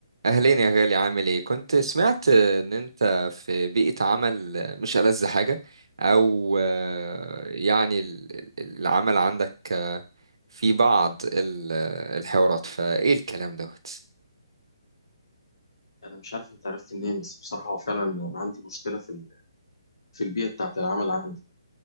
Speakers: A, on the right; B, on the left.
A: أهلين يا غالي عامل إيه؟ كنت سمعت إن أنت في بيئة عمل مش ألذ حاجة أو آه، يعني ال- ال- العمل عندك آه، في بعض ال- آه، الحوارات فإيه الكلام دوت؟
B: انا مش عارف انت عرفت منين بس بصراحه هو فعلا انا عندي مشكله في ال- في البيئه بتاعه العمل عندي